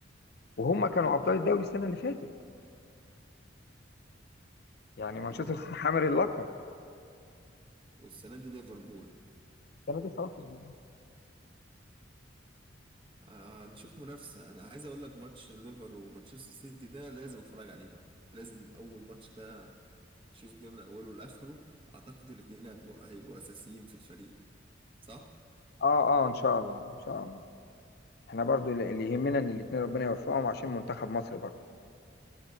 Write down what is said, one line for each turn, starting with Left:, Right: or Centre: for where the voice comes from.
Left: وهم كانوا ابطال الدوري السنه اللي فاتت يعني مانشستر
Right: اه
Left: سيتي حامل اللقب
Right: والسنة دي ليفربول
Left: السنه دي خلاص ليفربول خسر
Right: آه، هنشوف منافسة انا عايز اقول لك ماتش ليفر ومانشستر سيتي ده لازم اتفرج عليه بقى لازم اول ماتش ده اشوفه كده من اوله لاخره اعتقد الاتنين هيبقوا هيبقوا اساسيين في الفريق صح
Left: اه اه ان شاء الله ان شاء الله احنا برضو اللي اللي يهمنا ان الاثنين ربنا يوفقهم عشان منتخب مصر برضو